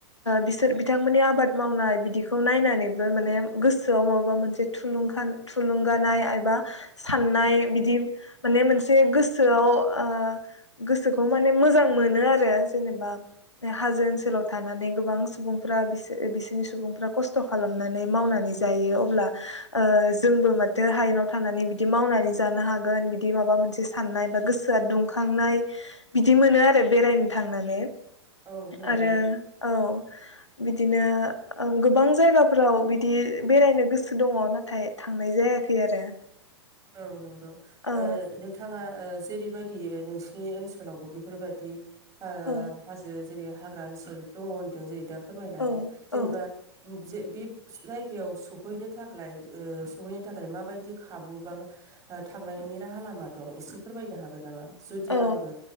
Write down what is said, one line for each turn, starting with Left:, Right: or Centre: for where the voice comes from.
Left: बिसोर बिथांमोननि आबाद मावनाय बिदिखौ नायनानैबो माने गोसोआव माबबा मोनसे थुुंखां थुलुंगानाय एबा साननाय बिदि माने मोनसे गोसोआव ओ गोसोखौ माने मोजां मोनो आरो जेनेबा हाजो ओनसोलाव थानानै गोबां सुबुंफ्रा बिसोर बिसोरनि सुबुंफ्रा खस्थ खालामनानै मावनानै जायो अब्ला ओ जोंबो माथो हायेनाव थानानै बिदि मावनानै जानो हागोन बिदि माबा मोनसे साननाय बा गोसोआ दुंखांनाय बिदि मोनो आरो बेरायनो थांनानै
Right: औ नंगौ
Left: आरो औ बिदि नो गोबां जायगाफोराव बिदि बेरायनो गोसो दङ नाथाय थांनाय जायाखै आरो
Right: औ नं ओ
Left: औ
Right: नोंथाङा ओ जेरैबायदि नोंसिनि ओनसोलावबो बेफोरबायदि ओ
Left: औ
Right: हाजो जेरै हाग्रा ओनसोल दङ होनदों जेरै दा फोरमायलांदों
Left: औ
Right: जेनेबा
Left: औ
Right: जे बि जायगायाव सहैनो थाखलाय ओ सहैनो थाखाय माबायदि खाबु मा थांनायनि राहा लामा दं एसे फोरमायनो हागोन नामा? जुदि
Left: औ
Right: आंबो